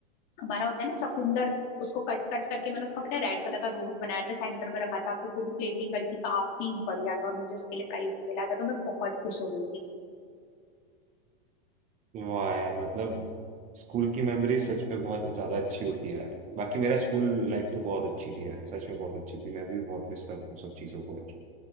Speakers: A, on the left (about 40°); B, on the right (about 25°).
A: हमारा होता है ना चकुंदर उसको कट कट करके मैंने उसका पता है रेड कलर का रोज बनाया था सेंटर में रखा था फिर पूरी प्लेटिंग करी थी काफी बढ़िया था और मुझे उसके लिए प्राइज भी मिला था तो मैं बहुत खुश हो गई थी
B: वाह यार मतलब स्कूल की मेमोरी सच में बहुत ज्यादा अच्छी होती है यार बाकी मेरा स्कूल लाइफ तो बहुत अच्छी थी यार सच में बहुत अच्छी थी मैं भी बहुत मिस कर रहा हूँ सब चीजों को यार